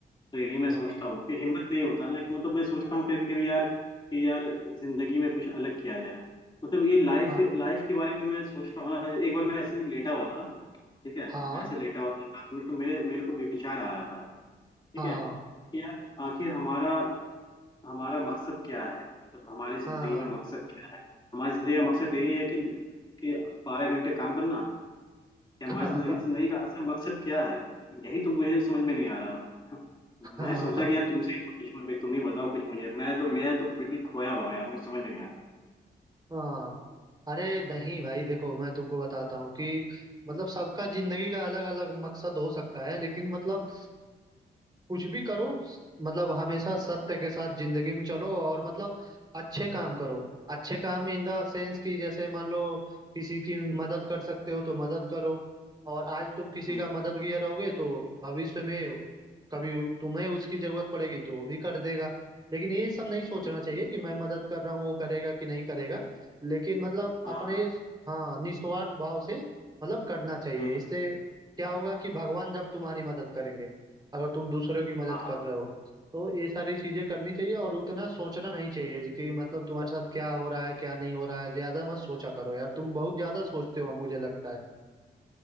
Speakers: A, on the left (about 25°); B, on the right (about 20°).
A: तो यही मैं
B: हाँ
A: सोचता हूँ कि हिम्मत नहीं होता ना कि मतलब मैं सोचता हूँ कभी कभी यार कि यार जिंदगी में कुछ अलग किया जाए मतलब ये लाइफ
B: हाँ
A: लाइफ के बारे में मैं सोचता हूँ ना एक बार मैं ऐसे लेटा हुआ था ठीक है
B: हाँ
A: मैं ऐसे लेटा हुआ था रात में तो मेरे मेरे को विचार आ रहा था ठीक
B: हाँ
A: है कि यार आखिर हमारा हमारा मकसद क्या है मतलब हमारी जिंदगी
B: हाँ
A: का मकसद क्या है हमारी जिंदगी का मकसद यही है कि कि बारह घंटे काम करना या हमारी
B: हाँ
A: जिंदगी जिंदगी का असल मकसद क्या है यही तो मुझे समझ में नहीं आ रहा
B: हाँ
A: मैं सोचा
B: हाँ
A: कि यार तुमसे ही पूछूं भाई तुम ही बताओ कुछ मुझे मैं तो मैं तो बिल्कुल खोया हुआ हूं यार मुझे समझ में नहीं आता
B: हाँ। अरे नहीं भाई देखो मैं तुमको बताता हूँ कि मतलब सबका जिंदगी का अलग अलग मकसद हो सकता है लेकिन मतलब कुछ भी करो स- मतलब हमेशा सत्य के साथ जिंदगी में चलो और मतलब अच्छे काम करो अच्छे काम इन द सेंस कि जैसे मान लो किसी की मदद कर सकते हो तो मदद करो और आज तुम किसी
A: हम्म,
B: का मददगार रहोगे तो भविष्य में कभी उ- तुम्हें उसकी जरूरत पड़ेगी तो वो भी कर देगा लेकिन ये सब नहीं सोचना
A: हम्म,
B: चाहिए कि मैं मदद कर रहा हूँ वो करेगा कि नहीं करेगा लेकिन मतलब
A: हाँ
B: अपने
A: हाँ
B: हाँ निस्वार्थ भाव से मतलब करना चाहिए
A: हम्म,
B: इससे क्या होगा कि भगवान जब तुम्हारी मदद करेंगे अगर तुम दूसरों की मदद
A: हाँ
B: कर रहे हो तो ये सारी चीजें करनी चाहिए और उतना सोचना नहीं चाहिए कि मतलब तुम्हारे साथ क्या हो रहा है क्या नहीं हो रहा है ज्यादा मत सोचा करो यार तुम बहुत ज्यादा सोचते हो मुझे लगता है